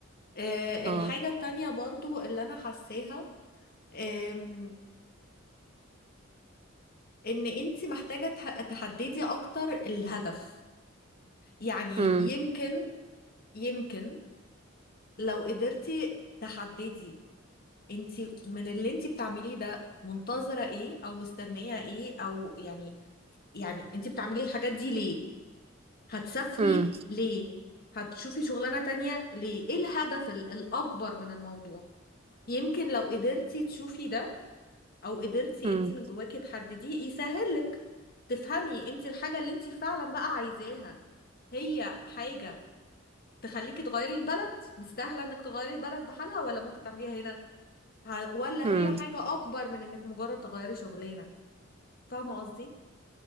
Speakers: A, on the left; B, on the right.
A: آه،
B: اه
A: الحاجة التانية برضو اللي أنا حاساها آم، إن أنت محتاجة تح- تحددي أكتر الهدف يعني
B: امم
A: يمكن يمكن لو قدرتي تحددي أنت من اللي أنت بتعمليه ده منتظرة إيه أو مستنية إيه أو يعني يعني أنت بتعملي الحاجات دي ليه هتسافري
B: امم
A: ليه هتشوفي شغلانة تانية ليه ايه الهدف ال- الأكبر من الموضوع يمكن لو قدرتي تشوفي ده أو قدرتي
B: امم
A: انت من جواكي تحدديه يسهل لك تفهمي انت الحاجة اللي انت فعلا بقى عايزاها هي حاجة تخليكي تغيري البلد مستاهلة انك تغيري البلد بحالها ولا ممكن تعمليها هنا ه- ولا
B: امم
A: هي حاجة أكبر من انك مجرد تغيري شغلانة فاهمة قصدي؟